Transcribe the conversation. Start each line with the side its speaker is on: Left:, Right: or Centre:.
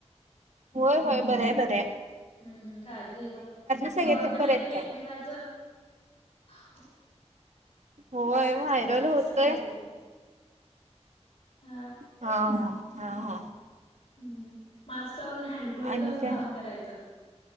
Right: होय होय बरिय बरीय.
Left: हम्म हम्म काळजी घेणा
Right: सगळे
Left: दवाखान्यात
Right: पण बरे आहेत
Left: एकमेकाचं.
Right: काय
Left: <unintelligible>
Right: होय व्हायरल
Left: घरातले
Right: होतय.
Left: सगळे बरे आहे. हा.
Right: हा हा हा हा.
Left: हम्म मास्क लावून हँड ग्लोवज
Right: आणि
Left: लावून
Right: काय?
Left: काम करायचं